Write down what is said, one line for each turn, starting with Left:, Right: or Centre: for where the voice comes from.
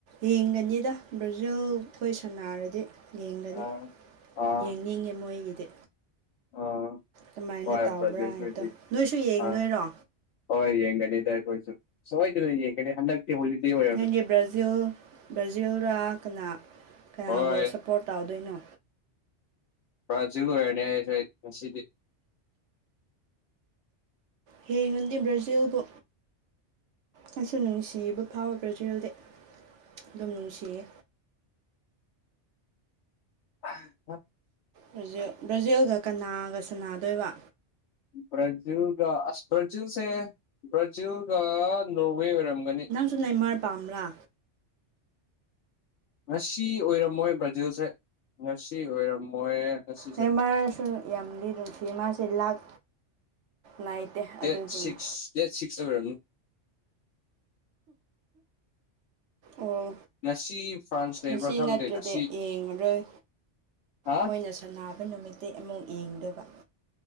Right: ꯌꯦꯡꯒꯅꯤꯗ ꯕ꯭ꯔꯥꯖꯤꯜ ꯈꯣꯏ ꯁꯅꯥꯔꯗꯤ ꯌꯦꯡꯒꯅꯤ
Left: ꯑꯥ ꯑꯥ
Right: ꯌꯦꯡꯅꯤꯡꯉꯦ ꯃꯣꯏꯒꯤꯗꯤ
Left: ꯑꯥ
Right: ꯀꯃꯥꯏꯅ
Left: ꯍꯣꯏ
Right: ꯇꯥꯎꯕ꯭ꯔꯥ
Left: ꯕ꯭ꯔꯥꯖꯤꯜ
Right: ꯍꯥꯏꯗꯣ
Left: ꯈꯣꯏꯗꯤ
Right: ꯅꯣꯏꯁꯨ ꯌꯦꯡꯗꯣꯏꯔꯣ
Left: ꯑꯥ ꯍꯣꯏ ꯌꯦꯡꯒꯅꯤꯗ ꯑꯩꯈꯣꯏꯁꯨ ꯁꯣꯏꯗꯅ ꯌꯦꯡꯀꯅꯤ ꯍꯟꯗꯛ ꯑꯦ ꯍꯣꯂꯤꯗꯦ ꯑꯣꯏ
Right: ꯅꯪꯗꯤ ꯕ꯭ꯔꯥꯖꯤꯜ ꯕ꯭ꯔꯥꯖꯤꯜꯔ ꯀꯅꯥ ꯀꯅꯥꯕꯨ
Left: ꯍꯣꯏ
Right: ꯁꯞꯄꯣꯔꯠ ꯇꯧꯗꯣꯏꯅꯣ
Left: ꯕ꯭ꯔꯥꯖꯤꯜ ꯑꯣꯏꯔꯅꯤ ꯑꯩꯁꯨ ꯑꯩ ꯉꯁꯤꯗꯤ
Right: ꯍꯦꯡꯉꯗꯤ ꯕ꯭ꯔꯥꯖꯤꯜꯕꯨ ꯑꯩꯁꯨ ꯅꯨꯡꯁꯤꯕ ꯐꯥꯎꯋꯦ ꯕ꯭ꯔꯖꯤꯜꯗꯤ ꯑꯗꯨꯝ ꯅꯨꯡꯁꯤꯌꯦ
Left: ꯑꯥꯍꯥ
Right: ꯑꯔꯖꯤꯜ ꯕ꯭ꯔꯥꯖꯤꯜꯒ ꯀꯅꯥꯒ ꯁꯥꯅꯗꯣꯏꯕ
Left: ꯕ꯭ꯔꯥꯖꯤꯜꯒ ꯑꯁ ꯕ꯭ꯔꯥꯖꯤꯜꯁꯦ ꯕ꯭ꯔꯥꯖꯤꯜꯒ ꯅꯣꯋꯦ ꯑꯣꯏꯔꯝꯒꯅꯤ
Right: ꯑꯗꯨ ꯅꯦꯃꯥꯔ ꯄꯥꯝꯕ꯭ꯔꯥ
Left: ꯉꯁꯤ ꯑꯣꯏꯔꯝꯃꯣꯏ ꯕ꯭ꯔꯥꯖꯤꯜꯁꯦ ꯉꯁꯤ ꯑꯣꯏꯔꯝꯃꯣꯏ ꯉꯁꯤꯁꯦ
Right: ꯅꯦꯃꯥꯔꯁꯨ ꯌꯥꯝꯗꯤ ꯅꯨꯡꯁꯤꯌꯦ ꯃꯥꯁꯦ ꯂꯥꯛ ꯂꯩꯇꯦ ꯑꯗꯨꯒꯤꯅꯤ
Left: ꯗꯦꯠ ꯁꯤꯛꯁ ꯗꯦꯠ ꯁꯤꯛꯁꯇ ꯑꯣꯏꯔꯝꯅꯤ
Right: ꯑꯣ
Left: ꯉꯁꯤ ꯐ꯭ꯔꯥꯟꯁ
Right: ꯉꯁꯤ
Left: ꯂꯩꯕ꯭ꯔꯥ ꯈꯪꯗꯦ
Right: ꯅꯠꯇ꯭ꯔꯗꯤ
Left: ꯉꯁꯤ
Right: ꯌꯦꯡꯉꯔꯣꯏ
Left: ꯑ
Right: ꯃꯣꯏꯅꯁꯨ__ ꯁꯅꯥꯕ ꯅꯨꯃꯤꯠꯇꯩ ꯑꯃꯨꯛ ꯑꯦꯡꯗꯣꯏꯕ